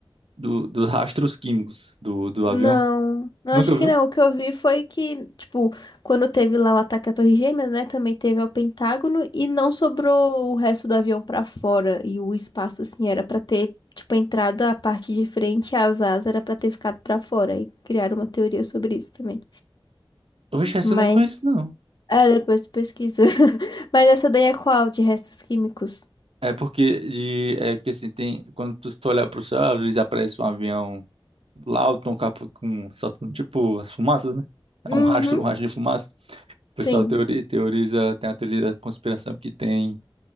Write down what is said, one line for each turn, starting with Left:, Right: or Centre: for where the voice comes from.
Right: Do, dos rastros químicos do, do avião.
Left: Não, eu
Right: Nunca
Left: acho que
Right: viu?
Left: não. O que eu vi foi que, tipo, quando teve lá o ataque à Torre Gêmeas, né, também teve ao Pentágono e não sobrou o resto do avião pra fora e o espaço assim era pra ter, tipo, entrado a parte de frente, as asas era pra ter ficado pra fora e criaram uma teoria sobre isso também.
Right: Oxe, essa
Left: Mas,
Right: eu não conheço, não.
Left: é, depois tu pesquisa. <laughs> Mas essa daí é qual? De restos químicos?
Right: É porque de, é que assim, tem, quando tu, se tu olhar pro céu, às vezes aparece um avião lá, o Tom Capa com, soltando tipo as fumaças, né?
Left: Uhum.
Right: É um rastro, um rastro de fumaça. O pessoal
Left: Sim,
Right: teori- teoriza, tem a teoria da conspiração que tem,